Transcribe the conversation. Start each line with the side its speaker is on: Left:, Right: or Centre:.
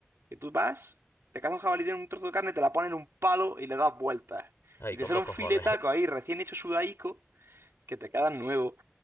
Right: que tú vas, te cazas un jabalí, tiene un trozo de carne, te la pones en un palo y le das vueltas.
Left: Ay,
Right: Y
Left: con
Right: te sale
Left: dos
Right: un
Left: cojones.
Right: filetaco ahí, recién hecho sudaico, que te queda nuevo.